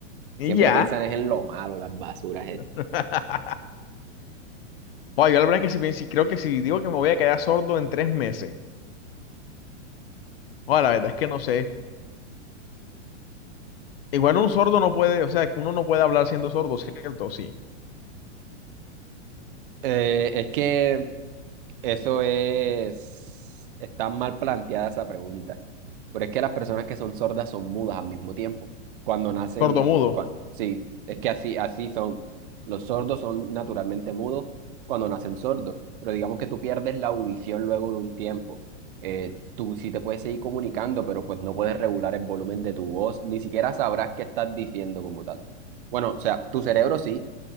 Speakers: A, on the left (about 50°); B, on the right (about 45°).
A: Y
B: Siempre
A: ya.
B: piensan es en lo malo, las basuras. eh.
A: <laughs> Joder, yo la verdad es que si, bien- si creo que si digo que me voy a quedar sordo en tres meses. Joder, la verdad es que no sé. Igual un sordo no puede, o sea, que uno no puede hablar siendo sordo, ¿cierto? Sí.
B: Eh, es que eso es... Está mal planteada esa pregunta. Pero es que las personas que son sordas son mudas al mismo tiempo. Cuando nacen...
A: Sordo mudo.
B: cua- Sí, es que así, así son. Los sordos son naturalmente mudos cuando nacen sordos. Pero digamos que tú pierdes la audición luego de un tiempo. Eh, tú sí te puedes seguir comunicando, pero pues no puedes regular el volumen de tu voz. Ni siquiera sabrás qué estás diciendo como tal. Bueno, o sea, tu cerebro sí